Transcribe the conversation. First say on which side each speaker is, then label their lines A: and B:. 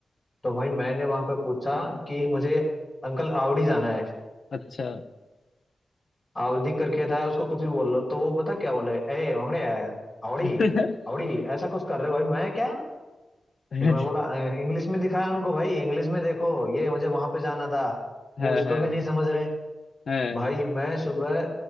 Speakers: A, on the left; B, on the left.
A: तो भाई मैंने वहां पे पूछा कि मुझे अंकल आवड़ी जाना है
B: अच्छा
A: आवड़ी करके था उसको कुछ भी बोल लो तो वो पता क्या बोले ए वंगड़े आया आवड़ी
B: <laughs>
A: आवड़ी ऐसा कुछ कर रहे हो भाई मैं क्या
B: है
A: फिर मैं बोला इंग्लिश में दिखाया उनको भाई इंग्लिश में देखो ये मुझे वहां पे जाना था
B: है
A: वो उसको भी नहीं समझ रहे
B: है
A: भाई मैं सुबह